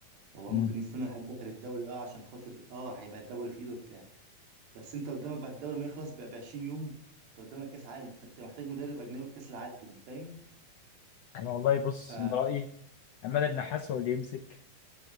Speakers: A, on the right; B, on the left.
A: هو
B: مم.
A: ممكن يستنى لحد اخر الدوري اه عشان خاطر اه هيبقى الدوري في ايده وبتاع بس انت قدامك بعد الدوري ما يخلص ب 20 يوم انت قدامك كاس عالم فانت محتاج مدرب اجنبي في كاس العالم فاهم
B: انا والله بص
A: ف
B: من رايي عماد النحاس هو اللي يمسك